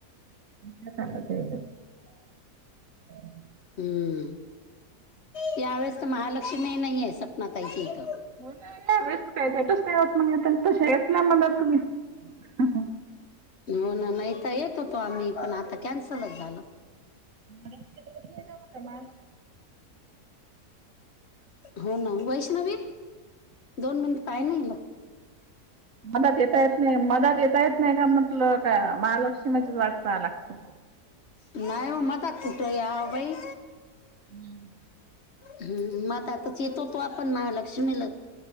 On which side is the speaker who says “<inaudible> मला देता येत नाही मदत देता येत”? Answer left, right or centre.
Right